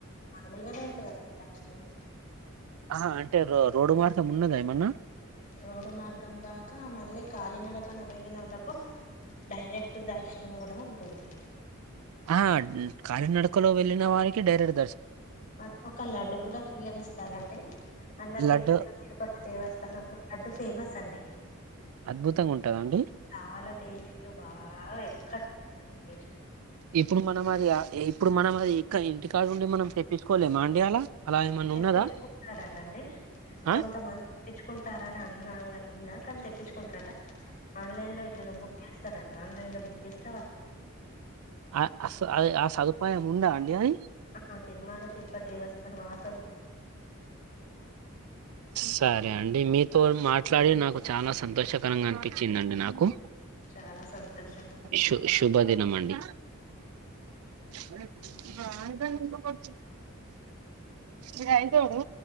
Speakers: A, on the left; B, on the right.
A: మామూలుగానే ఉంటదంది <inaudible>
B: ఆహా అంటే రో రోడ్డు మార్గం ఉన్నదా ఏమన్నా
A: రోడ్ మార్గం కాక మళ్ళీ కాలినడకన వెళ్ళినోళ్ళకు డైరెక్ట్ దర్శనం కూడా ఉంటుంది
B: ఆ కాలినడకలో వెళ్ళిన వారికి డైరెక్
A: మళ్ళీ ఒక లడ్డు కూడా ఫీగా ఇస్తారండి మళ్ళా తిరు
B: లడ్డు
A: <inaudible> తిరుపతి దేవస్థానంలో లడ్డు ఫేమస్ అండి
B: అద్భుతంగా ఉంటదా అండి
A: చాలా టేస్ట్ బాగా ఎక్కడ టేస్ట్
B: ఇప్పుడు మనం అది ఆ ఏ ఇప్పుడు మనం అది ఇక్క ఇంటికాడ ఉండి మనం తెప్పిచ్చుకోలేమా అండి అలా అలా ఏమన్నా
A: తెప్పించుకుంటారటండి
B: ఉన్నదా ఆ
A: కొంతమంది తెప్పించుకుంటారని అన్నా నిన్నా కానీ తెచ్చుకుంటారట ఆన్లైన్ లో ఎట్లనే బుక్ చేస్తారట ఆన్లైన్ లో బుక్ చేస్త
B: ఆ అస అది ఆ సదుపాయం ఉండడా అండి అయి
A: ఆ తిరుమల తిరుపతి దేవస్థనంత
B: సరే అండి మీతో మాట్లాడి నాకు చాలా సంతోషకరంగా అనిపించిందండి నాకు
A: చాలా సంతోషం అండి
B: శు శుభ దినం అండి అ అకా ఇఐదోడు